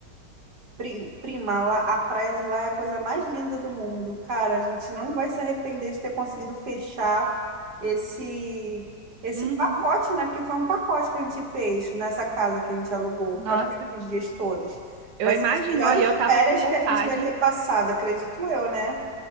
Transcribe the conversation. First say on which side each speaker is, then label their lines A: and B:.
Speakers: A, on the right; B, on the right.
A: Pri- Prima, lá, a praia de lá é a coisa mais linda do mundo. Cara, a gente não vai se arrepender de ter conseguido fechar esse esse
B: Uhum.
A: pacote, né? Porque foi um pacote que a gente fez nessa casa que a gente alugou
B: Nossa,
A: para ficar esses dias todos.
B: eu
A: Vai
B: imagino,
A: ser as melhores
B: olha, eu tava
A: férias
B: com vontade,
A: que a gente vai ter passado, acredito eu, né?